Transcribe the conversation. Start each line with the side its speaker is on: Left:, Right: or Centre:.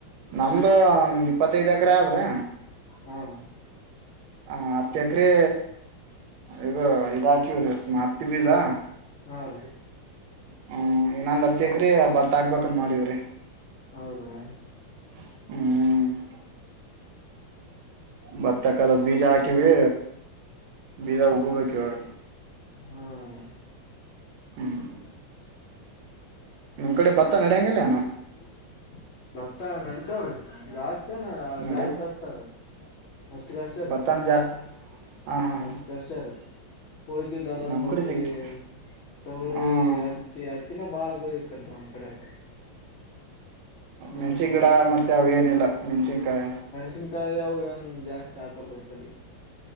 Right: ನಮ್ದು ಒಂದ್ ಇಪ್ಪತ್ತೈದ್ ಎಕರೆ ಆದ ರಿ.
Left: ಹ್ಮ್
Right: ಹ ಹತ್ತ ಎಕರೆ ಇದು ಇದ ಹಾಕಿವಿ ರೀ ಹತ್ತಿ ಬೀಜಾ.
Left: ಹಾ ರಿ.
Right: ಹ್ಮ ಇನೊಂದ ಹತ್ತೆಕರೆ ಬತ್ತ ಹಾಕ್ಬೇಕಂತ್ ಮಾಡಿವ್ರಿ.
Left: ಹೌದ್ರಿ
Right: ಹ್ಮ್ ಭತ್ತಕ್ಕದು ಬೀಜ ಹಾಕಿವಿ ಬೀಜ ಉಗಬೇಕ ಇವಾಗ.
Left: ಹ್ಮ್
Right: ಹ್ಮ್ ನಮ್ಮ್ ಕಡೆ ಭತ್ತ ನಡೆಯಂಗಿಲ್ಲ ಯಣ್ಣ.
Left: <unintelligible> ಭತ್ತ ನಡಿತವ್ರಿ ಜಾಸ್ತಿ ತನ
Right: ನಡಿ
Left: ಜಾಸ್ತಿ ಹಸ್ತಾರೀ ಅಷ್ಟ ಕಷ್ಟ ರೀ.
Right: ಭತ್ತಾನ ಜಾಸ್ತಿ ಹಾ
Left: ಹ್ಮ್
Right: ಹಾ ಹಾ
Left: ಅಷ್ಟ ಕಷ್ಟ ರೀ. ಉಳ್ಕಿದ್ದೆಲ್ಲಾ
Right: ನಮ್
Left: ತೊಗ್ರಿ
Right: ಕಡೆ ಜಗ್ಗಿ
Left: ತೊಗ್ರಿ
Right: ಹ್ಮ್
Left: ತ್ತಿ ಹತ್ತಿನ ಬಾಳ ಅದ ರೀ ಇಕಡಿರಿ ನಮ್ಮ್ ಕಡೆಕ. ಹ್ಮ್
Right: ಮೆಣಸಿನ್ ಗಿಡ ಮತ್ತ ಯಾವ ಏನಿಲ್ಲ ಮೆಣಸಿನ್ಕಾಯಿ.
Left: ನಕಾಯಿವು ಏನ್ ಜಾಸ್ತಿ ಹಾಕಲ್ರಿ ಈಕಡಿ.